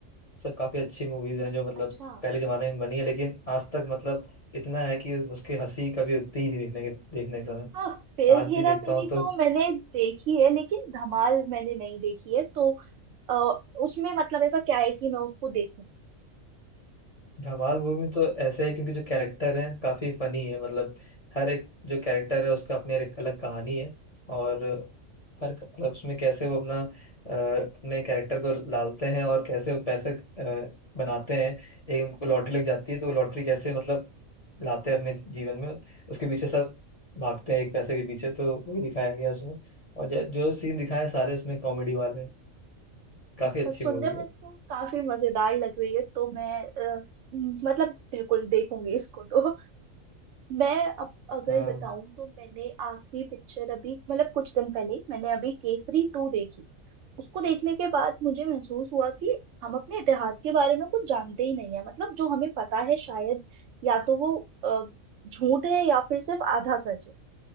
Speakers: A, on the left (about 35°); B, on the right (about 70°).
A: सब काफ़ी अच्छी मूवीज़ हैं जो मतलब
B: अच्छा
A: पहले ज़माने में बनी है लेकिन आज तक मतलब इतना है कि उसकी हंसी कभी रुकती ही नहीं देखने के देखने के समय
B: हाँ फिर
A: आज
B: हेरा
A: भी देखता
B: फेरी
A: हूँ तो
B: तो मैंने देखी है लेकिन धमाल मैंने नहीं देखी है तो अ, उसमें मतलब ऐसा क्या है कि मैं उसको देखूं
A: धमाल मूवी तो ऐसे है क्योंकि जो कैरेक्टर है काफी फनी है मतलब हर एक जो कैरेक्टर है उसका अपनी एक अलग कहानी है और हर मतलब उसमें कैसे वो अपना अ, अपने कैरेक्टर को डालते हैं और कैसे वो पैसे अ, बनाते हैं एक उनको लॉटरी लग जाती है तो वो लॉटरी कैसे मतलब लाते हैं अपने जीवन में उसके पीछे सब भागते हैं एक पैसे के पीछे तो वही दिखाया गया उसमें और जो सीन दिखाए सारे उसमें कॉमेडी वाले हैं। काफी
B: अच्छा
A: अच्छी
B: सुनने
A: मूवी
B: में
A: है
B: तो काफी मजेदार लग रही है तो मैं अ, मतलब बिल्कुल देखूंगी इसको तो मैं अब अगर
A: हाँ
B: बताऊं तो मैंने आखिरी पिक्चर अभी मतलब कुछ दिन पहले ही मैंने अभी केसरी टू देखी उसको देखने के बाद मुझे महसूस हुआ कि हम अपने इतिहास के बारे में कुछ जानते ही नहीं है मतलब जो हमें पता है शायद या तो वो अ, झूठ है या फिर सिर्फ आधा सच है